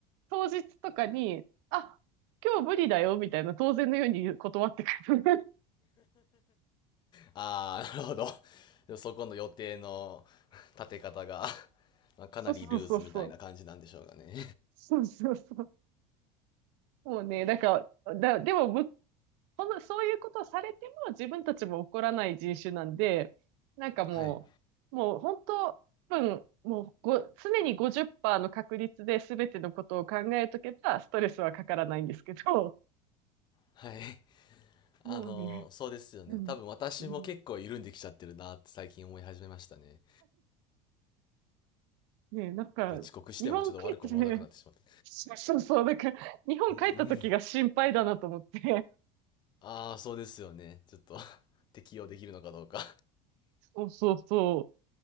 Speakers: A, on the right; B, on the left.
A: 当日とかに、あ、今日無理だよみたいな当然のように断ってくる。
B: ああ、なるほど。そこの予定の立て方が、
A: <laughs>
B: まあ、かなりルーズみたいな感じなんでしょうかね。
A: そうそうそうそう。そうそうそう。もうね、だから、だ、でも向この、そういうことをされても自分たちも怒らない人種なんで、なんかもう、
B: <laughs> はい。
A: もう本当、多分、もうご、常に50%の確率で全てのことを考えとけば、ストレスはかからないんですけど、
B: はい。あのー、
A: もうね、
B: そうですよね。
A: うん、
B: 多分私も結構緩んできちゃってるなって最近思い始めましたね。
A: うん。ね、なんか、
B: 遅刻してもちょっと悪く思わなくなってしまった。
A: 日本帰ってね、そうそうそう、なんか、日本帰った時が心配だなと思って。
B: うんうん。ああ、そうですよね。ちょっと <laughs> 適用できるのかどうか。
A: そうそうそ